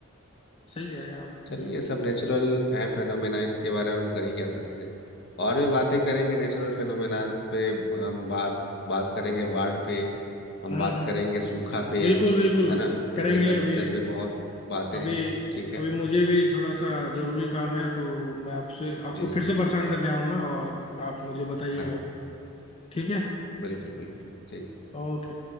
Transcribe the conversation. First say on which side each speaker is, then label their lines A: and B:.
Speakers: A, on the left; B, on the left.
A: सही कह रहे हैं आप
B: चलिए
A: बिल्कुल
B: ये सब नेचुरल है फेनोमेना इसके बारे में हम कर ही क्या सकते हैं और भी बातें करेंगे नेचुरल फेनोमेना पे हम बात बात करेंगे बाढ़ पे हम
A: हम्म
B: बात
A: हम्म
B: करेंगे सूखा पे
A: बिल्कुल बिल्कुल
B: है ना
A: करेंगे
B: एग्रीकल्चर
A: अभी
B: पे बहुत बातें
A: अभी
B: हैं ठीक है
A: अभी मुझे भी थोड़ा सा जरूरी काम है तो मैं आपसे आपको
B: जी
A: फिर
B: जी
A: से परेशान करने आऊंगा और आप मुझे बताइएगा
B: हाँ
A: ठीक है
B: बिल्कुल बिल्कुल ठीक
A: ओके